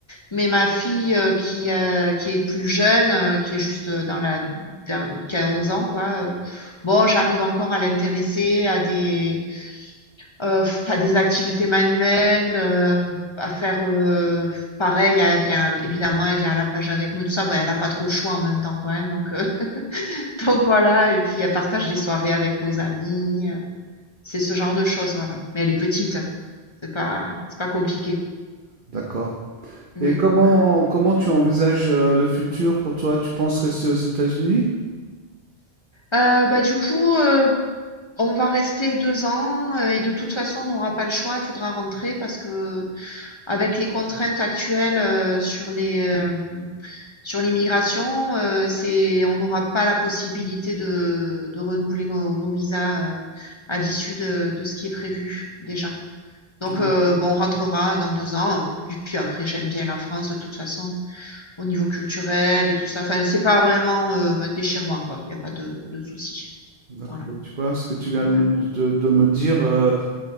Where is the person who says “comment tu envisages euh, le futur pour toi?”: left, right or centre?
Right